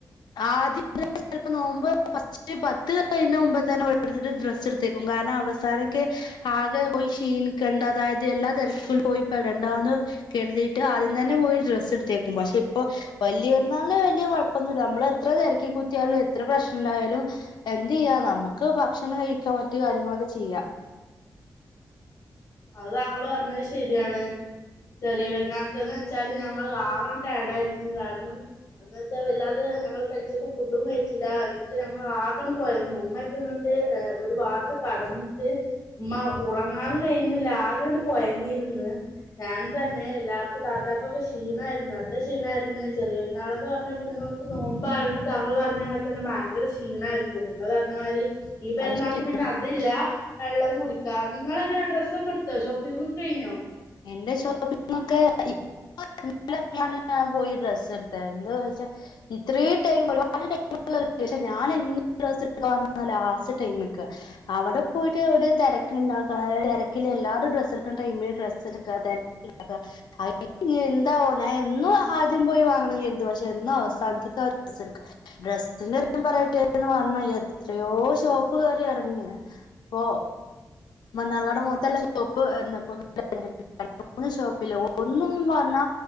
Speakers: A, on the left; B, on the left.
A: ആദ്യം <unintelligible> നോമ്പ് ഫസ്റ്റ് പത്ത് കഴിയിന് മുമ്പ് തന്നെ ഓരോരുത്തര് ഡ്രസ്സ് എടുത്തുവെക്കും കാരണം അവസാനൊക്കെ ആകെ പോയി ക്ഷീണിക്കണ്ട അതായത് എല്ലാ തിരക്കിലും പോയി പെടണ്ട എന്ന് കരുതിയിട്ട് ആദ്യം തന്നെ പോയി ഡ്രസ്സ് എടുത്തേക്കും പക്ഷെ ഇപ്പൊ വല്യപെരുന്നാളിന് വലിയ കുഴപ്പൊന്നില്ല നമ്മൾ എത്ര തിര ഈ കുട്ടികള് എത്ര പ്രശ്നം ഉണ്ടായാലും എന്ത് ചെയ്യാ നമുക്ക് ഭക്ഷണം കഴിക്കാ മറ്റു കാര്യങ്ങളൊക്കെ ചെയ്യാം
B: അത് താങ്കൾ പറഞ്ഞത് ശരിയാണ് ചെറിയ വല ന്നാക്ക് ന്ന് വെച്ചാല് ഞങ്ങള് ആകെ ടയേടായിരുന്ന് കാരണം എന്ന് വെച്ചാൽ വല്ലാതെ ഞങ്ങള് പെൽച്ചക്ക് ഫുഡും കഴിച്ചില്ല എന്നിട്ട് ഞങ്ങൾ ആകെ ങ്ങട് കൊയഞ്ഞു ഇമ്മക്കെ ഇങ്ങട്ട് ഒരു വാത്ത് കടന്നിട്ട് ഉമ്മ ഉറങ്ങാനും കഴിയുന്ന് ഇല്ല. ആകണ്ട് കൊയങ്ങിയിരുന്ന്, ഞാനും തന്നെ എല്ലാവർക്കും താത്താക്കും ഒക്കെ ക്ഷീണായിരുന്നു. നല്ല ക്ഷീണായിരുന്ന്. ചെറിയര്ന്നാളന്ന് പറഞ്ഞ പിന്നെ നമുക്ക് നോമ്പ് ആയൊണ്ട് താങ്കൾ പറഞ്ഞ മാതിരി തന്നെ ഭയങ്കര ക്ഷീണായിരിക്കും നിങ്ങൾ പറഞ്ഞ മാതിരി. ഈ പെരുന്നാക്ക്
A: അത് ശരി
B: പിന്നെ അതില്ലാ വെള്ളം കുടിക്കാ നിങ്ങള് എങ്ങനെ സെക്കെട്ത്തോ ഷോപിംഗ് ഒക്കെ കഴിഞ്ഞോ?
A: എന്റെ ഷോപ്പിംങൊക്കെ <unintelligible> പോയി ഡ്രസ്സ് എടുത്തത് എന്താന്ന് വച്ചാ ഇത്രേം ടൈം ഒരുപാട് ടൈമ് <unintelligible> പക്ഷേ ഞാൻ ഡ്രസ് എടുക്കാ ലാസ്റ്റ് ടൈമ്ക്കാ. അവിടെ പോയിട്ട് ഒരു തിരക്ക്‌ ഉണ്ടാക്കാതെ തെരക്കിൽ എല്ലാരും ഡ്രസ് എടുക്കുന്ന ടൈമില് ഡ്രസ് <unintelligible> എന്താവോ ഞാൻ എന്നും ആദ്യം പോയി വാങ്ങണംന്ന് കരുതും പക്ഷെ എന്നും അവസാനത്ക്കാ ഡ്രസ് എടുക്കാ. ഡ്രസ്സിന്റെ പറയട്ടെന്ന് പറഞ്ഞ് എത്രയോ ഷോപ്പുകയറി ഇറങ്ങി. അപ്പൊ മന്നാർക്കാട് മൊത്തല്ല ഷോപ്പ് <unintelligible> രണ്ട് മൂന്ന് ഷോപ്പില് ഒന്നുംന്ന് പറഞ്ഞാ